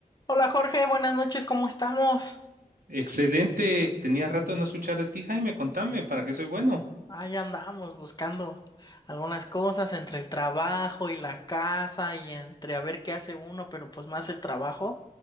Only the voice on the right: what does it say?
Excelente, tenía rato de no escuchar de ti, Jaime, contame, ¿para qué soy bueno?